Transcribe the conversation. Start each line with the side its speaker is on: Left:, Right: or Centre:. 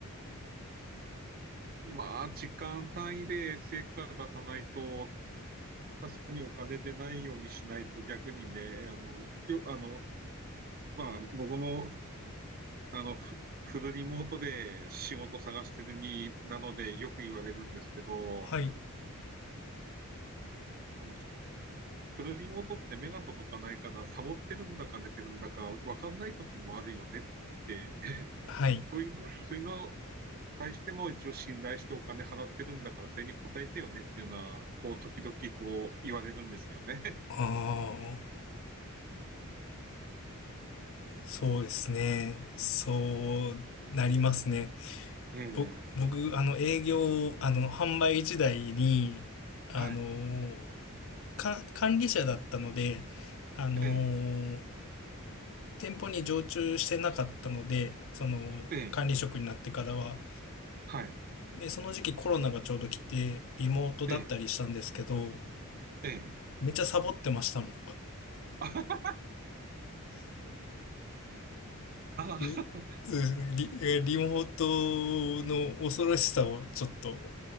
Right: <laughs> まあ、時間単位で成果出さないと、確かにお金出ないようにしないと逆にね、あの、よ、あの、まあ、僕もあの、フフルリモートで仕事探してる身なのでよく言われるんですけど、
Left: <laughs> はい。
Right: あの、フルリモートって目が届かないから、サボってるんだか寝てるんだか分かんない時もあるよねって、<laughs>
Left: はい。
Right: そういうの、そういうのに対しても一応信頼してお金払ってるんだから、それに応えてよねっていうのは、こう、時々こう言われるんですよね。
Left: ああ、そうですね。そうなりますね。
Right: <laughs>
Left: 僕、僕、
Right: ええ
Left: あの、営業、あの、販売時代に、あの、
Right: はい、
Left: か管理者だったので、あの、
Right: え
Left: 店舗に常駐してなかったので、その、
Right: ええー
Left: 管理職になってからは。
Right: はい、
Left: で、その時期コロナがちょうど来て、リモートだったりしたんですけど、
Right: ええええ
Left: めっちゃサボってましたもん。
Right: あ、<laughs> あ、
Left: うそうですね。リ、えリモートの恐ろしさをちょっと